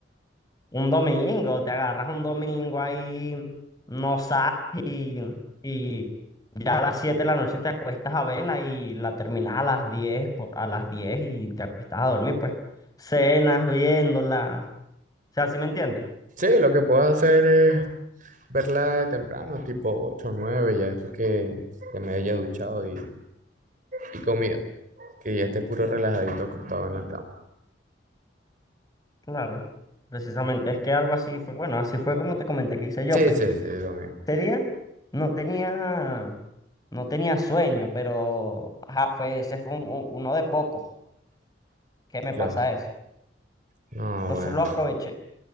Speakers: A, on the left; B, on the right.
A: un domingo, te agarras un domingo ahí, no sales y, y ya a las 7 de la noche te acuestas a verla y la terminas a las diez por- a las diez y te acuestas a dormir, pues. Cenas viéndola, o sea, ¿sí me entiendes?
B: Sí, lo que puedo hacer es verla de temprano, tipo 8 o 9, ya después que ya me haya duchado y, y comido, que ya esté puro relajadito acostado en la cama.
A: Claro, precisamente, es que algo así fue, bueno, así fue como te comenté que hice yo,
B: Sí,
A: pues,
B: sí, sí, lo mismo,
A: ese día no tenía, no tenía sueño, pero, ajá, fue, ese fue un- un- uno de pocos que me
B: claro.
A: pasa eso.
B: No,
A: Entonces
B: bueno,
A: lo aproveché.